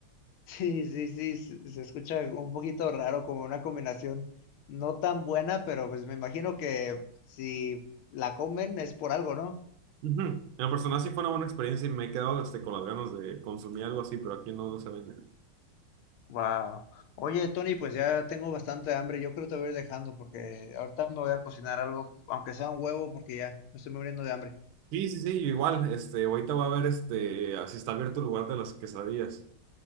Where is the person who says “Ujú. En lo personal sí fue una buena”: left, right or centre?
Right